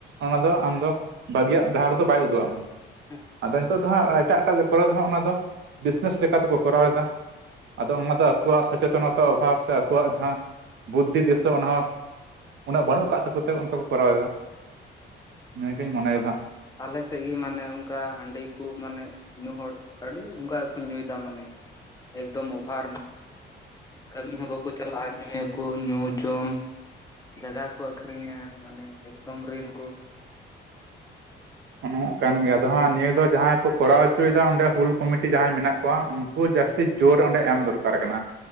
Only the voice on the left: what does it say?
ᱦᱮᱸ
ᱦᱩᱸ
ᱟᱞᱮ ᱥᱮᱫ ᱜᱮ ᱢᱟᱱᱮ ᱚᱱᱠᱟ ᱦᱟᱺᱰᱤ ᱠᱚ ᱢᱟᱱᱮ᱾ ᱧᱩ ᱦᱚᱲ ᱟᱹᱰᱤ ᱚᱱᱠᱟ ᱜᱮᱠᱚ ᱧᱩᱭ ᱫᱟ ᱢᱟᱱᱮ ᱮᱠᱫᱚᱢ ᱚᱵᱷᱟᱨ ᱠᱟᱹᱢᱤ ᱦᱚᱸ ᱵᱟᱠᱚ ᱪᱟᱞᱟᱜᱼᱟ ᱧᱩ ᱭᱟᱠᱚ ᱧᱩ ᱡᱚᱢ᱾ ᱡᱟᱭᱜᱟ ᱠᱚ ᱟᱹᱷᱨᱤᱧᱟ ᱢᱟᱱᱮ ᱮᱠᱫᱚᱢ ᱨᱤᱱ ᱠᱚ